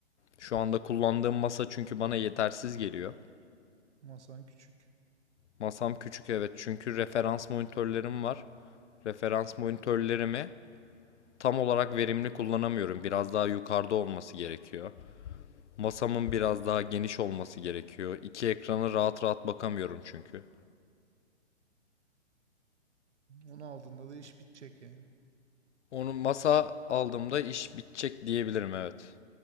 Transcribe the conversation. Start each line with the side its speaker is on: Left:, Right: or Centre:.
Left: Şu anda kullandığım masa çünkü bana yetersiz geliyor.
Right: Masan küçük.
Left: Masam küçük evet çünkü referans monitörlerim var. Referans monitörlerimi tam olarak verimli kullanamıyorum. Biraz daha yukarıda olması gerekiyor. Masamın biraz daha geniş olması gerekiyor. İki ekrana rahat rahat bakamıyorum çünkü.
Right: Onu aldığında da iş bitecek yani.
Left: Onu masa aldığımda iş bitecek diyebilirim evet.